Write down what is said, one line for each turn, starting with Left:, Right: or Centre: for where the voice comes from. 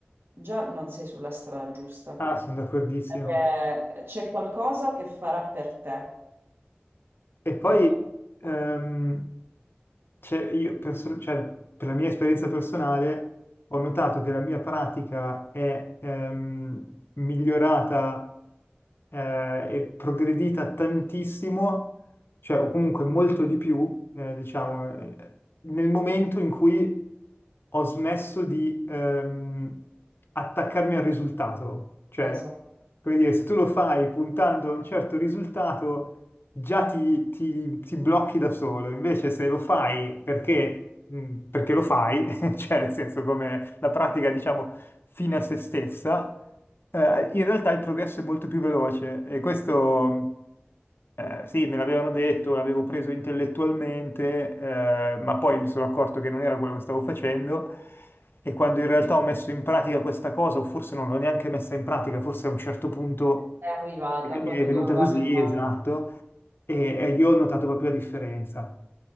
Right: già non sei sulla strada giusta,
Left: Ah, sono d'accordissimo.
Right: perché c'è qualcosa che farà per te.
Left: E poi
Right: Eh,
Left: ehm, Cioè, io perso- cioè, per la mia esperienza personale ho notato che la mia pratica è ehm, migliorata eh, e progredita tantissimo, cioè, o comunque molto di più, eh, diciamo, eh, nel momento in cui ho smesso di ehm, attaccarmi al risultato. Cioè,
Right: esatto.
Left: come dire, se tu lo fai puntando a un certo risultato già ti, ti- ti blocchi da solo, invece se lo fai perché, mh, perché lo fai, <laughs> cioè nel senso come la pratica diciamo fine a se stessa, eh, in realtà il progresso è molto più veloce e questo eh, sì, me l'avevano detto, l'avevo preso intellettualmente, eh, ma poi mi sono accorto che non era quello che stavo facendo e quando in realtà ho messo in pratica questa cosa, o forse non l'ho neanche messa in pratica, forse a un certo punto
Right: è arrivata
Left: mi
Right: quando
Left: è venuta
Right: doveva
Left: così,
Right: arrivare.
Left: esatto, e, e lì ho notato proprio la differenza.